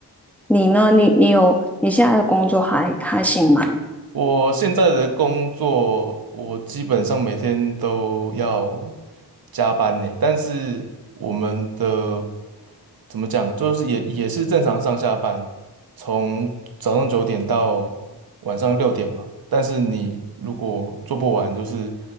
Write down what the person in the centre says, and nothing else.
你呢？你你有你现在的工作还还行吗？